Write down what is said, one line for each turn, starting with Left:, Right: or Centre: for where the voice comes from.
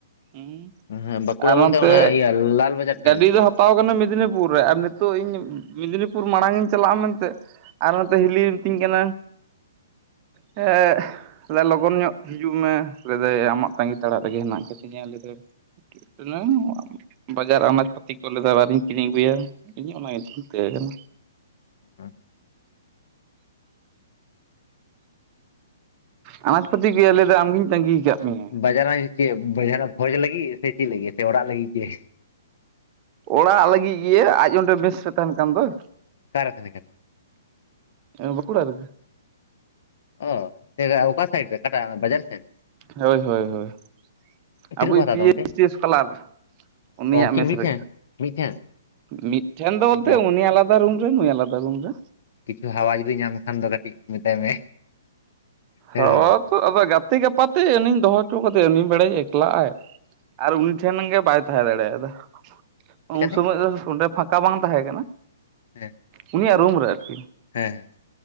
Right: ᱦᱩᱸᱻ
Left: ᱦᱮᱸ ᱵᱟᱸᱠᱩᱲᱟ
Right: ᱟᱨ,
Left: ᱵᱚᱞᱛᱮ
Right: ᱱᱚᱱᱛᱮ,
Left: ᱚᱱᱟ ᱤᱭᱟᱹ ᱞᱟᱞ ᱵᱟᱡᱟᱨ ᱴᱷᱮᱱ
Right: ᱜᱟᱹᱰᱤ
Left: ᱛᱚ
Right: ᱫᱚᱦᱟᱛᱟᱣ ᱠᱟᱱᱟ, ᱢᱮᱫᱽᱱᱤᱯᱩᱨ ᱨᱮ ᱾ ᱟᱨ ᱱᱤᱛ ᱛᱚ, ᱤᱧ ᱢᱮᱫᱽᱱᱤᱯᱩᱨ ᱢᱟᱲᱟᱝ ᱤᱧ ᱪᱟᱞᱟᱜᱼᱟ, ᱢᱮᱱᱛᱮ ᱾ ᱟᱨ ᱱᱚᱛᱮ ᱦᱤᱞᱤ ᱢᱤᱛᱤᱧ ᱠᱟᱱᱟ ᱮᱻᱜ- ᱦ ᱾ ᱞᱟᱹᱭᱫᱟ ᱞᱚᱜᱚᱱ ᱧᱚᱜ ᱦᱤᱡᱩᱜ ᱢᱮ ᱞᱟᱹᱭᱫᱟᱭ ᱟᱢᱟᱜ ᱛᱟᱸᱜᱤ ᱛᱟᱲᱟᱜ ᱨᱮᱜᱮ ᱦᱮᱱᱟᱜ ᱠᱟᱫᱤᱧᱟ ᱞᱟᱹᱭᱫᱟᱭ <unintelligible> ᱵᱟᱡᱟᱨ ᱟᱱᱟᱡᱽ ᱯᱟᱹᱛᱤ ᱠᱚ ᱞᱮᱭᱫᱟᱭ ᱟᱣᱨᱤᱧ ᱠᱤᱨᱤᱧ ᱟᱹᱜᱩᱭᱟ ᱤᱧ ᱚᱱᱟ ᱜᱮ ᱪᱤᱱᱛᱟᱹ ᱠᱟᱱᱟ
Left: <unintelligible>
Right: ᱟᱱᱟᱡ ᱯᱟᱹᱛᱤ ᱠᱚᱭᱟ ᱞᱟᱹᱭ ᱫᱟᱭ ᱟᱢᱜᱤᱧ ᱛᱟᱺᱜᱤ ᱠᱟᱫ ᱢᱮᱭᱟ
Left: ᱵᱟᱡᱟᱨᱟᱭ ᱪᱮᱫ ᱡᱟᱦᱟᱸᱱᱟᱜ ᱵᱷᱚᱡᱽ ᱞᱟᱹᱜᱤᱫ ᱥᱮ ᱪᱮᱫ ᱞᱟᱹᱜᱤᱫ ᱥᱮ ᱚᱲᱟᱜ ᱞᱟᱹᱜᱤᱫ ᱜᱮ?
Right: ᱚᱲᱟᱜ ᱞᱟᱹᱜᱤᱫ ᱜᱮᱭᱟ ᱟᱡ ᱚᱸᱰᱮ ᱢᱮᱥ ᱨᱮ ᱛᱟᱦᱮᱱ ᱠᱟᱱ ᱫᱚᱭ
Left: ᱚᱠᱟᱨᱮ ᱛᱟᱦᱮᱱ ᱠᱟᱱᱟᱭ?
Right: ᱵᱟᱹᱠᱩᱲᱟ ᱨᱮᱜᱮ
Left: ᱚ ᱮᱫᱟ ᱚᱠᱟ ᱥᱟᱭᱤᱰ ᱨᱮ ᱚᱠᱟᱴᱟᱜ ᱵᱟᱡᱟᱨ ᱥᱮᱫ?
Right: ᱦᱳᱭ ᱦᱳᱭ ᱦᱳᱭ
Left: ᱛᱤᱱᱟᱹᱜ
Right: ᱟᱵᱩᱭᱤᱡ
Left: ᱠᱚ ᱦᱟᱛᱟᱣᱫᱟ
Right: ᱯᱤ ᱮᱭᱪ
Left: ᱚᱱᱛᱮ
Right: ᱥᱤ ᱥᱠᱚᱞᱟᱨ ᱩᱱᱤᱭᱟᱜ
Left: ᱚ ᱩᱱᱠᱤᱱ
Right: ᱢᱮᱥ
Left: ᱢᱤᱫᱴᱷᱮᱱ
Right: ᱨᱮᱜᱮ
Left: ᱢᱤᱫᱴᱷᱮᱱ
Right: ᱢᱤᱫᱴᱷᱮᱱ ᱫᱚ ᱵᱚᱞᱛᱮ
Left: ᱵᱟ
Right: ᱩᱱᱤ ᱟᱞᱟᱫᱟ ᱨᱩᱢ ᱨᱮ ᱱᱩᱭ ᱟᱞᱟᱫᱟ ᱨᱩᱢ ᱨᱮ
Left: ᱠᱤᱪᱷᱩ ᱦᱟᱣᱟ ᱡᱩᱫᱤ ᱧᱟᱢ ᱠᱷᱟᱱ ᱫᱚ ᱠᱟᱹᱴᱤᱡ ᱢᱮᱛᱟᱭ ᱢᱮ ᱦᱮᱸ
Right: ᱦᱟᱣᱟ
Left: ᱥᱮ ᱵᱟᱝ
Right: ᱫᱚ ᱟᱫᱚ ᱜᱟᱛᱮ ᱜᱟᱯᱟᱛᱮ ᱩᱱᱤᱧ ᱫᱚᱦᱚ ᱦᱚᱪᱚ ᱠᱟᱫᱮᱭᱟ ᱩᱱᱤ ᱵᱮᱲᱟᱭᱟᱧ ᱮᱠᱞᱟᱜᱼᱟᱭ ᱟᱨ ᱩᱱᱤ ᱴᱷᱮᱱ ᱜᱮ ᱵᱟᱭ ᱛᱟᱦᱮᱸ ᱫᱟᱲᱮᱭᱟᱫᱟ
Left: ᱪᱤᱠᱟᱹᱛᱮ
Right: ᱩᱱ ᱥᱚᱢᱚᱭ ᱫᱚ ᱚᱸᱰᱮ ᱯᱷᱟᱸᱠᱟ ᱵᱟᱝ ᱛᱟᱦᱮᱸ ᱠᱟᱱᱟ
Left: ᱦᱮᱸ
Right: ᱩᱱᱤᱭᱟᱜ ᱨᱩᱢ ᱨᱮ ᱟᱨᱠᱤ
Left: ᱦᱮᱸ